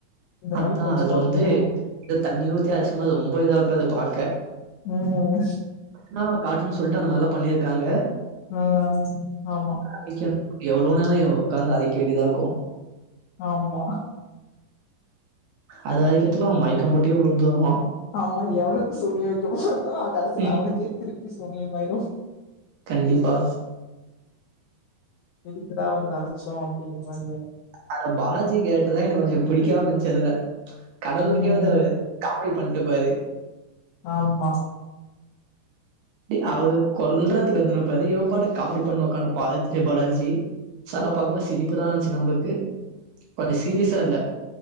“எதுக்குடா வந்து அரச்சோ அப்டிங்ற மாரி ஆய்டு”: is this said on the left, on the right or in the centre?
Left